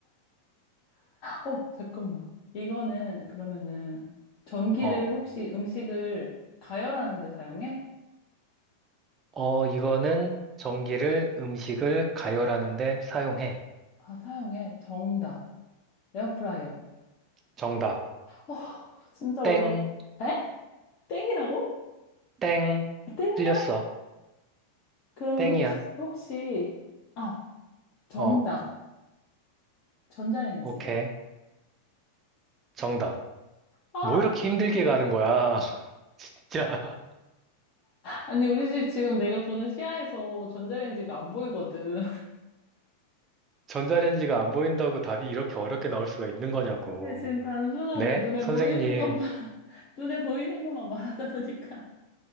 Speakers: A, on the left; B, on the right.
A: 어, 잠깐만. 이거는, 그러면은, 전기를
B: 어,
A: 혹시 음식을 가열하는 데 사용해?
B: 어, 이거는 전기를 음식을 가열하는데 사용해.
A: 아, 사용해. 정답. 에어프라이어.
B: 정답.
A: 어, 진짜
B: 땡.
A: 어려웠다. 에? 땡이라고?
B: 땡.
A: 아, 땡이야?
B: 틀렸어.
A: 그러면
B: 땡이야.
A: 혹시, 혹시, 아, 정답.
B: 어,
A: 전자레인지.
B: 오케이. 정답.
A: 아,
B: 뭐 이렇게 힘들게 가는 거야? <laughs> 진짜.
A: 아니, 우리 집 지금 내가 보는 시야에서 전자레인지가 안 보이거든.
B: 전자레인지가 안 보인다고 답이 이렇게 어렵게 나올 수가 있는 거냐고.
A: 근데 지금 단순하게
B: 네,
A: 눈에
B: 선생님.
A: 보이는 것만, <laughs> 눈에 보이는 것만 말하다 보니까.